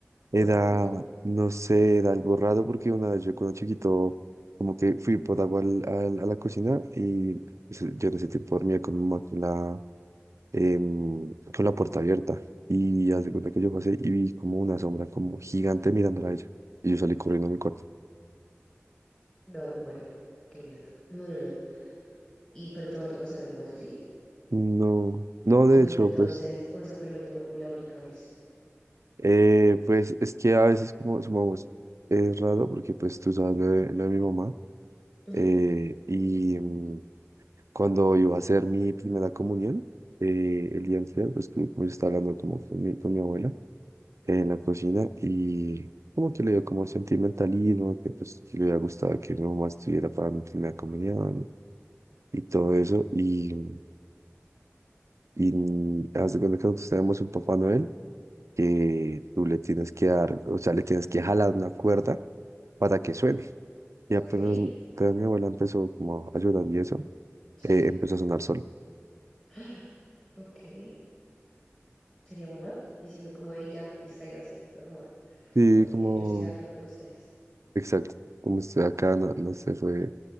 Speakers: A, on the right; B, on the left.
A: Era,
B: ¿O no?
A: no sé, era algo raro porque una vez yo cuando chiquito, como que fui por agua al- al- a la cocina y pues, yo en ese tiempo dormía con mi mamá con la, em, con la puerta abierta. Y haz de cuenta que yo pasé y vi como una sombra como gigante mirándola a ella. Y yo salí corriendo a mi cuarto.
B: No, me muero. Qué mierda. No, no, no. ¿Y pero te ha vuelto a pasar algo más así?
A: No, no, de
B: ¿O desde
A: hecho,
B: entonces,
A: pues.
B: o esa fue la última, o la única vez?
A: Eh, pues es que a veces como sumamos, es raro porque pues tú sabes lo de, lo de mi mamá
B: Ajá.
A: eh, y mm, cuando iba a hacer mi primera comunión, eh, el día anterior pues que- pues, estaba hablando como con mi, con mi abuela en la cocina y como que le dio como sentimentalismo, que pues que le había gustado que mi mamá estuviera para mi primera comunión y todo eso y, mm, y mm, haz de cuenta que nosotros tenemos un Papá Noel que tú le tienes que dar, o sea, le tienes que jalar una cuerda para que suene. Y
B: Ok,
A: apenas, apenas mi abuela empezó como a ayudar y eso,
B: sí.
A: eh, empezó a sonar solo.
B: <gasps> Ok. Sería mamá diciendo como, hey, ya, distráiganse, no jodan.
A: Sí,
B: Todo bien,
A: como,
B: yo estoy acá con ustedes.
A: exacto, como estoy acá, no, no sé, fue